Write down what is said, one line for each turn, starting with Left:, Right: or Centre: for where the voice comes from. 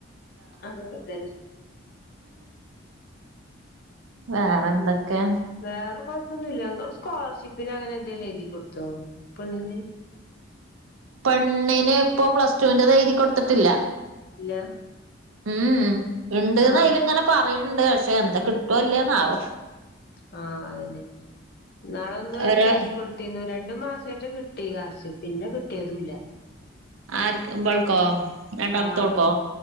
Left: അതൊക്കെ തന്നെ.
Right: വേറെന്തൊക്കെ?
Left: ഉം വേറെ കൊഴപ്പൊന്നുല്ല ങ്ങള് സ്കോളർഷിപ്പിന് അങ്ങനെ എന്തേലും എഴുതി കൊടുത്തോ പെണ്ണിന്?
Right: പെണ്ണിന് ഇപ്പൊ പ്ലസ്ടുവിന്റെത് എഴതി കൊടുത്തിട്ടില്ല.
Left: ഇല്ല്യ?
Right: മ്മ് ഉം ഉണ്ട്ന്ന്
Left: ആഹ്
Right: അയ്ലിങ്ങനെ പറീണ്‌ ണ്ട് പക്ഷെ എന്താ കിട്ടോ ല്ലേന്നാവോ.
Left: ആ അതന്നെ ഇന്നാളൊന്ന് ഓൽക്ക്
Right: ഒരു
Left: എഴുതി കൊടു തീന്നു രണ്ടു മാസറ്റെ കിട്ടി കാശ് പിന്നെ കിട്ടിയതൂല്ല.
Right: ആർക്ക്‌ ബൾക്കോ രണ്ടാമത്തോൾക്കോ?
Left: ആഹ്